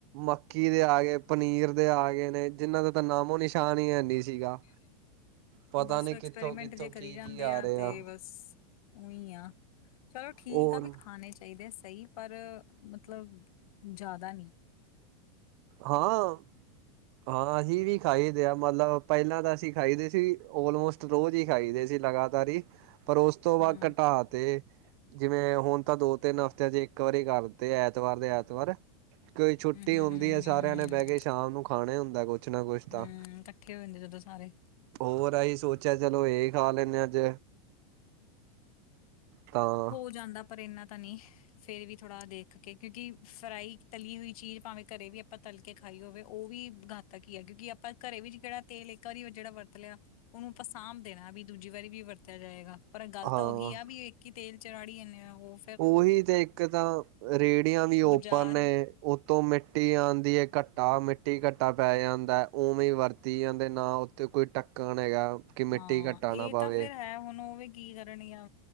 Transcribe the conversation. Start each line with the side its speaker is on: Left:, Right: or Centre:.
Right: ਮੱਕੀ ਦੇ ਆ ਗੇ ਪਨੀਰ ਦੇ ਆ ਗਏ ਨੇ ਜਿਨਾਂ ਦਾ ਤਾਂ ਨਾਮੋ ਨਿਸ਼ਾਨ ਹੀ ਹੈ ਨੀ ਸੀਗਾ।
Left: ਇਜੀ
Right: ਪਤਾ
Left: ਬਸ
Right: ਨੀ
Left: ਐਕਸਪੈਰੀਮੈਂਟ
Right: ਕਿੱਥੋਂ ਕਿੱਥੋਂ
Left: ਜੇ
Right: ਕੀ
Left: ਕਰੀ ਜਾਂਦੇ
Right: ਕੀ
Left: ਆ
Right: ਰਿਹਾ
Left: ਤੇ ਬਸ ਉਈ ਆਂ। ਚਲੋਂ ਠੀਕ
Right: ਹੋਰ
Left: ਆ ਵੀ ਖਾਣੇ ਚਾਹੀਦੇ ਆ ਸਈ ਪਰ ਮਤਲਬ ਜਾਦਾ ਨੀ।
Right: ਹਾਂ-ਹਾਂ ਅਹੀ ਵੀ ਖਾਈਦੇ ਏ ਆ ਮਤਲਬ ਪੈਲਾਂ ਤਾਂ ਅਸੀਂ ਖਾਈਦੇ ਸੀ ਉਲਮੋਸਟ ਰੋਜ਼ ਹੀ ਖਾਈ ਦੇ ਸੀ ਲਗਾਤਾਰ ਈ ਪਰ ਉਸ ਤੋਂ ਬਾਦ
Left: ਹਮ
Right: ਘਟਾ ਤੇ ਜਿਵੇਂ ਹੁਣ ਤਾਂ ਦੋ ਤਿੰਨ ਹਫ਼ਤਿਆਂ 'ਚ ਇੱਕ ਵਾਰੀ ਕਰਤੇ ਐਤਵਾਰ ਦੇ ਐਤਵਾਰ ਕੋਈ ਛੁੱਟੀ
Left: ਹਮ ਹਮ
Right: ਹੁੰਦੀ
Left: ਹਮ
Right: ਐ ਸਾਰਿਆਂ
Left: ਹਮ
Right: ਨੇ
Left: ਹਮ
Right: ਬਹਿ ਕੇ ਸ਼ਾਮ ਨੂੰ ਖਾਣਾ ਹੀ ਹੁੰਦਾ ਕੁਛ ਨਾ ਕੁਛ ਤਾਂ
Left: ਹੂੰ ਕੱਠੇ ਹੋ ਜਾਂਦੇ ਜਦੋਂ ਸਾਰੇ
Right: ਹੋਰ ਅਹੀਂ ਸੋਚਿਆ ਚਲੋਂ ਇਹ ਖਾ ਲੈਂਨੇ ਆ ਅੱਜ ਤਾਂ
Left: ਹੋ ਜਾਂਦਾ ਪਰ ਇੰਨਾ ਤਾਂ ਨੀ। ਫੇਰ ਵੀ ਥੋੜਾ ਦੇਖ ਕੇ ਕਿਉਂਕਿ ਫਰਾਈ ਤਲੀ ਹੋਈ ਚੀਜ਼ ਭਾਵੇਂ ਘਰੇ ਵੀ ਆਪਾਂ ਤ ਕੇ ਖਾਈ ਹੋਵੇ ਓ ਵੀ ਘਾਤਕ ਈ ਐ, ਕਿਉਂਕਿ ਆਪਾਂ ਘਰੇ ਵਿੱਚ ਕੇੜਾ ਤੇਲ ਇੱਕ ਆਰੀ ਜੇੜਾ ਵਰਤ ਲਿਆ। ਉਹਨੂੰ ਆਪਾਂ ਸਾਂਭ ਦੇਣਾ ਵੀ ਦੂਜੀ ਵਾਰੀ ਵੀ ਵਰਤਿਆ ਜਾਏਗਾ। ਪਰ ਗੱਲ
Right: ਹਾਂ
Left: ਤਾਂ ਉਹੀ ਆ ਵੀ ਇਕ ਈ ਤੇਲ 'ਚ ਰਾੜੀ ਜਾਂਨੇ ਆ ਓ
Right: ਉਹੀ ਤੇ ਇੱਕ ਤਾਂ ਰੇਹੜੀਆਂ ਵੀ ਓਪਨ
Left: ਬਾਜ਼ਾਰ
Right: ਨੇ। ਉਤੋਂ ਮਿੱਟੀ ਆਂਦੀ ਏ ਘਟਾ ਮਿੱਟੀ ਘਟਾ ਪੈ ਜਾਂਦਾ ਐ। ਉਵੇਂ ਵਰਤੀ ਜਾਂਦੇ ਨਾ ਉੱਥੇ ਕੋਈ ਢੱਕਣ ਹੈਗਾ। ਕਿ ਮਿੱਟੀ
Left: ਹਾਂ
Right: ਘੱਟਾ ਨਾ
Left: ਇਹ
Right: ਪਾਵੇ
Left: ਤਾ ਫਿਰ ਹੈ ਹੁਣ ਓ ਵੀ ਕੀ ਕਰਨੀਆ